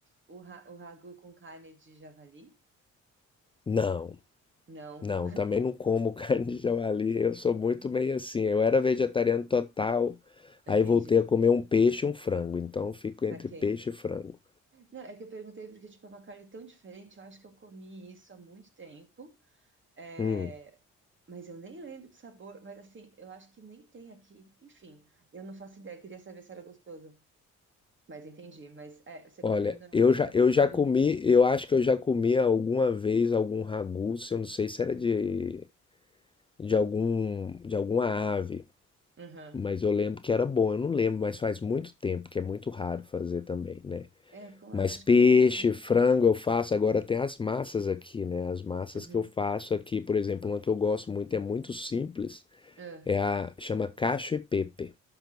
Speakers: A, on the right; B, on the left.
A: O, ra- o ragu com carne de javali?
B: Não,
A: Não,
B: não, também não como <laughs> carne de javali. Eu sou muito meio assim. Eu era vegetariano total,
A: <laughs> entendi.
B: aí voltei a comer um peixe e um frango. Então fico
A: Saquei.
B: entre peixe e frango.
A: Não, é que eu perguntei porque, tipo, é uma carne tão diferente. Eu acho que eu comi isso há muito tempo. É,
B: Hum,
A: Mas eu nem lembro do sabor. Mas, assim, eu acho que nem tem aqui. Enfim, eu não faço ideia. Queria saber se era gostoso. Mas entendi. Mas, é, você
B: olha,
A: come normalmente,
B: eu já,
A: então,
B: eu
A: frango
B: já comi,
A: e peixe.
B: eu acho que eu já comi alguma vez algum ragu, se eu não sei se era de, de algum, de alguma ave.
A: Uhum.
B: Mas eu lembro que era bom, eu não lembro, mas faz muito tempo, que é muito raro fazer também, né?
A: É, com
B: Mas
A: ave, acho
B: peixe,
A: que eu nunca vi.
B: frango eu faço. Agora tem as massas aqui, né? As massas
A: Uhum.
B: que eu faço aqui, por exemplo, uma que eu gosto muito, é muito simples,
A: Ah,
B: é a chama cacho e pepe.